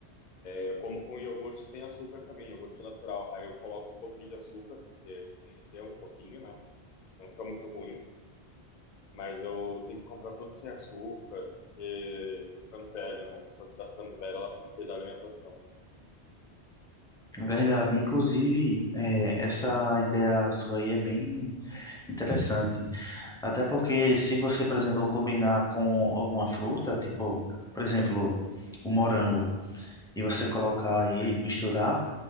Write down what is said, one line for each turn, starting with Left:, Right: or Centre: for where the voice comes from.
Left: Eu como com iogurte sem açúcar também, iogurte natural. Aí eu coloco um pouquinho de açúcar, porque tem que ter um pouquinho, né? Senão fica muito ruim. Mas eu tenho que comprar tudo sem açúcar, porque tô ficando velho, né? A pessoa que tá ficando velha, ela tem que cuidar da alimentação.
Centre: Verdade, inclusive, é, essa ideia sua aí é bem interessante. Até porque, se você, por exemplo, combinar com alguma fruta, tipo, por exemplo, o morango, e você colocar aí, misturar,